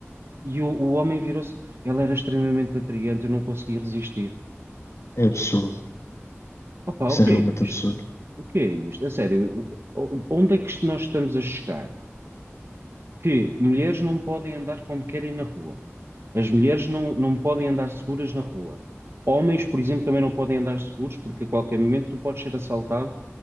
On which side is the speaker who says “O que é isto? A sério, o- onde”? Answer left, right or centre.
Right